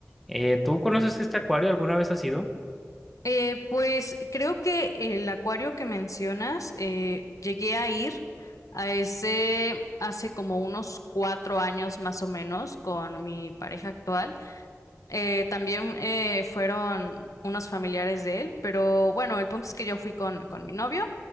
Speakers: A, in the centre; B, on the left.
A: Eh, ¿tú conoces este acuario? ¿Alguna vez has ido?
B: Eh, pues creo que el acuario que mencionas, eh, llegué a ir a ese hace como unos cuatro años más o menos con mi pareja actual. Eh, también eh, fueron unos familiares de él, pero bueno, el punto es que yo fui con, con mi novio